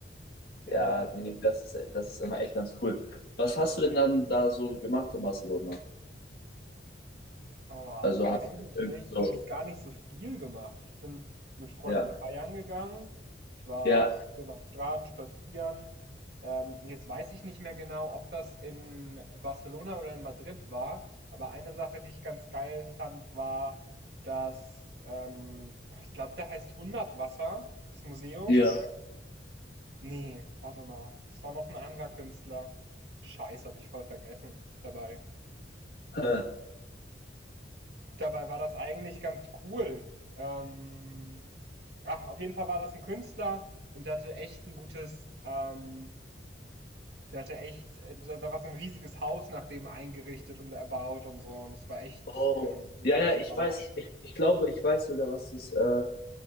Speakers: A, on the right; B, on the left.
A: Ja,
B: Ja,
A: ja.
B: nee, das ist, das ist immer echt ganz cool. Was hast du denn dann da so gemacht in Barcelona?
A: Oh,
B: Also hast
A: eigentlich
B: du jetzt irgendwie so,
A: habe ich gar nicht so viel gemacht. Ich bin mit Freunden
B: ja,
A: feiern gegangen. Ich war
B: ja,
A: ein bisschen am Strand spazieren. Ähm, und jetzt weiß ich nicht mehr genau, ob das in Barcelona oder in Madrid war. Aber eine Sache, die ich ganz geil fand, war, dass, ähm, ich glaube, der heißt Hundertwasser, das Museum.
B: Ja.
A: Nee, warte mal. Das war noch ein anderer Künstler. Scheiße, habe ich voll vergessen dabei.
B: äh,
A: Ähm, Dabei war das eigentlich ganz cool. Ähm, ach, auf jeden Fall war das ein Künstler und der hatte echt ein gutes ähm, der hatte echt äh, da da war so ein riesiges Haus nach dem eingerichtet und erbaut und so und das war echt,
B: oh,
A: ähm, super
B: ja, ja,
A: spannend.
B: ich weiß, ich, ich glaube, ich weiß sogar, was das, äh,